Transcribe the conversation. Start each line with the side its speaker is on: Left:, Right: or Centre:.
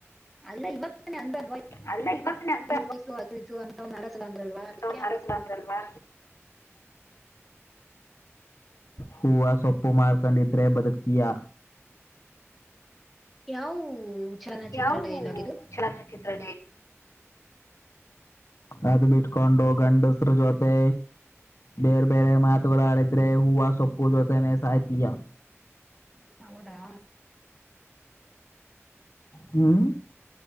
Centre: ಅಲ್ಲ ಇವಾಗ ತಾನೇ ಅಂದಲ್ವಾ
Left: ಅ ಅಲ್ವಾ ಅಂತ
Centre: ಎಸ್ ಅದು ಇದು ಅಂತ ಒಂದ್ ನಾಲ್ಕು ಸಲ ಅಂದ್ರಲ್ವಾ ಅದಕ್ಕೆ
Left: ಒ ಅಂದಲ್ವಾ ಹೂವ ಸೊಪ್ಪು ಮಾರ್ಕಂಡಿದ್ರೆ ಬದುಕ್ತಿಯಾ
Centre: ಯಾವ ಚಲನಚಿತ್ರ
Left: ಯಾವು
Centre: ಡೈಲಾಗ್ ಇದು
Left: ಚನಚಿತ್ರ ಅದು ಬಿಟ್ಕೊಂಡು ಗಂಡಸರು ಜೊತೆ ಬೇರೆ ಬೇರೆ ಮಾತುಗಳು ಆಡಿದ್ರೆ ಹೂವ ಸೊಪ್ಪು ಜೊತೆನೆ ಸಾಯ್ತ್ಲಯ
Centre: ಹೌದಾ
Left: ಹ್ಮ್